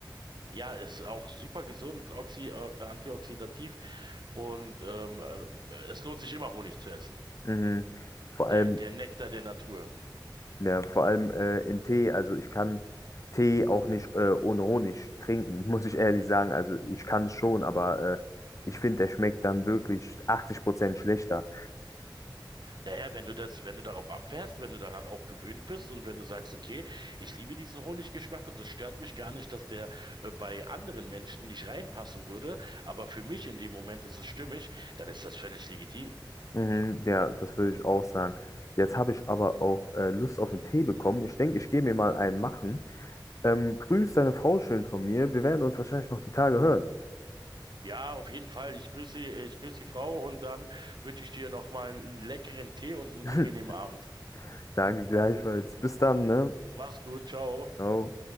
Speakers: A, on the right (about 65°); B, on the left (about 40°).
A: Ja, ist auch super gesund, oxi, äh, antioxidativ und ähm, äh, es lohnt sich immer Honig zu essen.
B: Mhm. Vor allem,
A: Der, der Nektar der Natur.
B: ja, vor allem äh, in Tee. Also ich kann Tee auch nicht äh, ohne Honig trinken, <laughs> muss ich ehrlich sagen. Also ich kann es schon, aber äh, ich finde, der schmeckt dann wirklich 80% schlechter.
A: Naja, wenn du das, wenn du darauf abfährst, wenn du daran auch gewöhnt bist und wenn du sagst, okay, ich liebe diesen Honiggeschmack und es stört mich gar nicht, dass der äh, bei anderen Menschen nicht reinpassen würde, aber für mich in dem Moment ist es stimmig, dann ist das völlig legitim.
B: Mhm, ja, das würde ich auch sagen. Jetzt habe ich aber auch äh, Lust auf einen Tee bekommen. Ich denke, ich gehe mir mal einen machen. Ähm, grüß deine Frau schön von mir. Wir werden uns wahrscheinlich noch die Tage hören.
A: Ja, auf jeden Fall. Ich grüße, ich grüße die Frau und dann wünsche ich dir nochmal einen leckeren Tee und einen
B: <laughs>
A: angenehmen Abend.
B: Danke gleichfalls. Bis dann, ne?
A: Mach's gut, ciao.
B: Ciao.